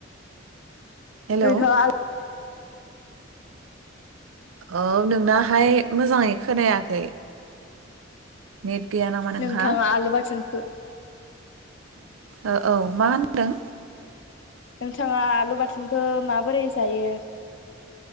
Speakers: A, on the right; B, on the left.
A: हेलौ
B: नोंथाङा आलु
A: औ नोंनाहाय मोजाङै खोनायाखै नेट गैया नामा नोंहा
B: नोंथाङा आलु बाथोनखौ
A: औ औ मा होनदों
B: नोंथाङा आलु बाथोनखौ माबोरै जायो